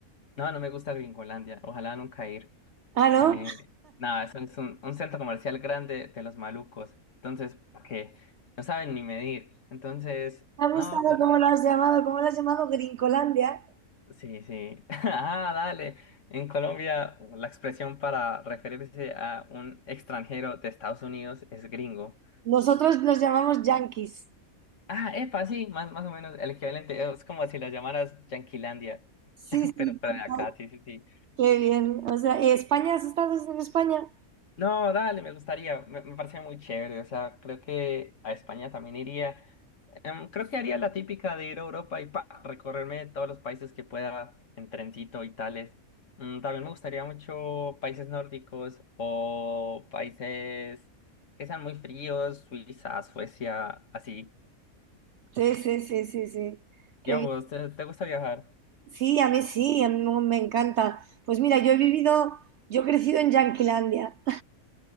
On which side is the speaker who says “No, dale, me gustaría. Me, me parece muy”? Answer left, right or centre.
Left